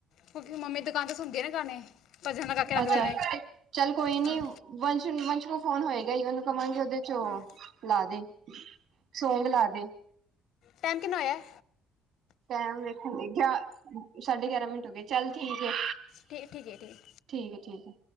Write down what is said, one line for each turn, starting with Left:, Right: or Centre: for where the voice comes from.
Left: ਕਿਉਂਕਿ ਮੰਮੀ ਦੁਕਾਨ ਤੇ ਸੁਣਦੀ ਹੈ ਨਾ ਗਾਣੇ ਭਜਨ ਲਗਾ ਕੇ ਰੱਖਦੇ
Right: ਅੱਛਾ
Left: ਨੇ
Right: ਚੱਲ ਕੋਈ ਨੀ
Left: ਹਾਂ
Right: ਵੰਸ਼ ਨੂ ਵੰਸ਼ ਕੋ ਫੋਨ ਹੋਏਗਾ ਈ ਉਹਨੂੰ ਕਵਾਂਗੇ ਉਹਦੇ ਚ ਉਹ
Left: ਹਾਂ
Right: ਲਾ ਦੇ, ਸੋਂਗ ਲਾ ਦੇ।
Left: ਟੇਮ ਕਿੰਨਾ ਹੋਇਆ?
Right: ਟੇਮ ਵੇਖਨ ਗਈ ਗਯਾ ਸਾਢੇ ਗਿਆਰਾਂ ਮਿੰਟ ਹੋ ਗਏ ਚੱਲ ਠੀਕ ਏ,
Left: ਠੀਕ ਠੀਕ ਹੈ ਠੀਕ ਹੈ
Right: ਠੀਕ ਏ-ਠੀਕ ਏ।